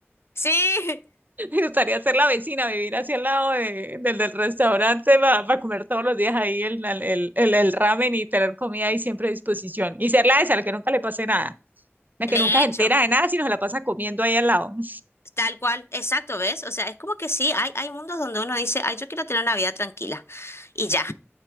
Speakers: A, on the left; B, on the right.
A: sí. <laughs>
B: <laughs> Me gustaría ser la vecina, vivir hacia el lado de- del, del restaurante para, comer todos los días ahí el, el, el, el ramen y tener comida ahí siempre a disposición. Y ser la esa, a la que nunca le pase nada. La
A: De
B: que nunca se
A: hecho.
B: entera de nada, sino se la pasa comiendo ahí al lado. <laughs>
A: Tal cual, exacto, ¿ves? O sea, es como que sí, hay, hay mundos donde uno dice, ay, yo quiero tener una vida tranquila. Y ya,